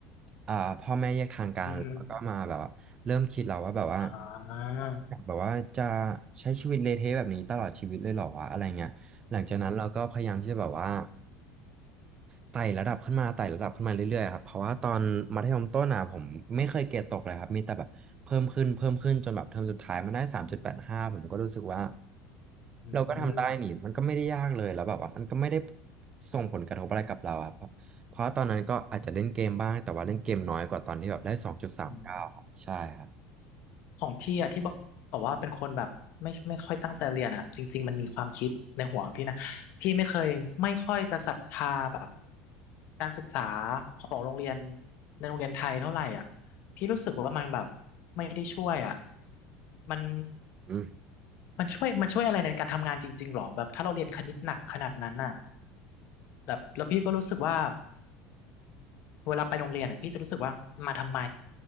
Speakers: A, on the right; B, on the left.
A: อ่าพ่อแม่แยกทางกันแล้วก็มาแบบว่าเริ่มคิดเราว่าแบบว่า
B: อืมอ่า
A: อยากแบบว่าจะใช้ชีวิตเละเทะแบบนี้ตลอดชีวิตเลยเหรอวะอะไรเงี้ยหลังจากนั้นเราก็พยายามที่จะแบบว่า
B: อืม
A: ไต่ระดับขึ้นมาไต่ระดับขึ้นมาเรื่อยๆครับเพราะว่าตอนมัธยมต้นอ่ะผมไม่เคยเกรดตกเลยครับมีแต่แบบเพิ่มขึ้นเพิ่มขึ้นจนแบบเทอมสุดท้ายมันได้สามจุดแปดห้าผมก็รู้สึกว่า
B: อืม
A: เราก็ทำได้นี่มันก็ไม่ได้ยากเลยแล้วแบบว่ามันก็ไม่ได้ส่งผลกระทบอะไรกับเราอะเพราะเพราะว่าตอนนั้นก็อาจจะเล่นเกมบ้างแต่ว่าเล่นเกมน้อยกว่าตอนที่แบบได้สองจุดสามเก้าครับใช่ครับ
B: อืมของพี่อะที่บอกบอกว่าเป็นคนแบบไม่ไม่ค่อยตั้งใจเรียนอะจริงๆมันมีความคิดในหัวพี่นะพี่ไม่เคยไม่ค่อยจะศรัทธาแบบการศึกษาของโรงเรียนในโรงเรียนไทยเท่าไหร่อ่ะพี่รู้สึกว่ามันแบบไม่ได้ช่วยอ่ะมัน
A: อืม
B: มันช่วยมันช่วยอะไรในการทำงานจริงๆหรอแบบถ้าเราเรียนคณิตหนักขนาดนั้นน่ะ แบบแล้วพี่ก็รู้สึกว่าเวลาไปโรงเรียนอ่ะพี่จะรู้สึกว่ามาทำไม